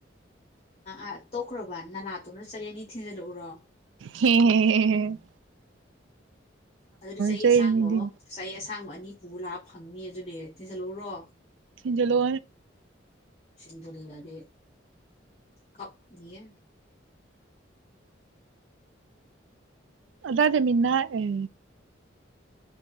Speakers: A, on the left (about 30°); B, on the right (about 75°).
A: ꯑ ꯇꯣꯛꯈ꯭ꯔꯣꯕ ꯅꯅꯥꯥꯠꯇꯣꯅ ꯆꯍꯤ ꯑꯅꯤ ꯊꯤꯟꯖꯤꯜꯂꯛꯎꯔꯣ
B: ꯍꯝ
A: ꯑꯗꯨꯗꯤ ꯆꯍꯤ
B: ꯆꯩꯔꯤꯅꯤꯗꯤ
A: ꯑꯁꯥꯡꯕ ꯑꯃ ꯆꯍꯤ ꯑꯁꯥꯡꯕ ꯑꯅꯤ ꯄꯨ ꯂꯥꯛꯑ ꯐꯪꯅꯤ ꯑꯗꯨꯅꯦ ꯇꯤꯟꯖꯜꯂꯎꯨꯔꯣ
B: ꯖꯂꯣ
A: ꯁꯤꯟꯗꯨꯜꯂꯔꯤ ꯀꯞ ꯌꯦꯌꯦ
B: ꯑꯗꯃꯤꯅꯥ ꯑꯦ